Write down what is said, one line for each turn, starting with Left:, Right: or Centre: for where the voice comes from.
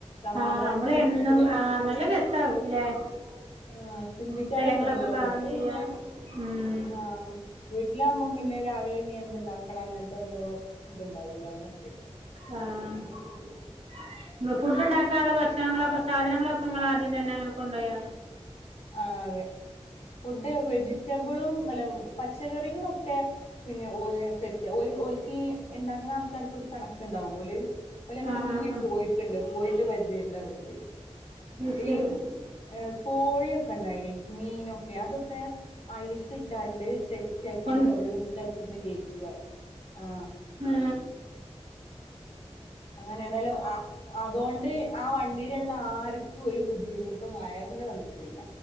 Left: സമാധാനത്തോടെ
Right: ആഹ് നമ്മള് എന്നും ആഹ്
Left: ച്
Right: <unintelligible>
Left: ആഹ് ചിന്തിക്കാനൊന്നുല്ലല്ലൊ
Right: സ്ഥലങ്ങളൊക്കെ കാണും
Left: മട്ട്
Right: ചെയ്യാ
Left: പിന്നെ
Right: ഉം
Left: ആഹ് വീട്ടിലാകുമ്പോം പിന്നെ രാവിലെ ഇനി എന്ത്‌ ഇണ്ടാക്കണം അങ്ങൻത്തെ ഓരോ ഇത്ണ്ടാവല്ലോ ല്ലെ
Right: ആഹ് ഫുഡ്ണ്ടക്കാള്ളെ ഭക്ഷണങ്ങളൊക്കെ സാധനങ്ങളൊക്കെ നിങ്ങള് ആദ്യം തന്നെ അങ്ങനെ കൊണ്ടോയൊ
Left: ആഹ് അതെ ഫുഡ് വെജിറ്റബിളും അല്ല പച്ചക്കറികളൊ ക്കെ പിന്നെ ഓലെന്നെ സെറ്റ ഓ ഓൽ‌ക്കി ഇണ്ടാക്ക്‌ണ <unintelligible> കണക്ണ്ടാവും ഓല് ഓലതിന്
Right: ആഹ്
Left: മുന്നേ
Right: ആഹ്
Left: പോയി ട്ട്ണ്ട് പോയിട്ട് പരിചയണ്ട് അവർക്ക്
Right: അത് ശരി
Left: ഈ എ കോഴിക്കെ ഇണ്ടായിനി മീനൊക്കെ അതൊക്കെ ഐസ് ഇട്ടാണ്ട് സെറ്റാക്കി
Right: കൊ
Left: അവിടെ ഒരു സ്ഥലത്ത്ന്ന് കയറ്റാണ്ട് ആഹ്
Right: ഹേ
Left: അങ്ങനെണല്ലോ ആഹ് അതൊണ്ട് ആഹ് വണ്ടില്ള്ള ആർക്കും ഒരു ബുദ്ധിമുട്ടും വയറിന് വന്നിട്ടില്ല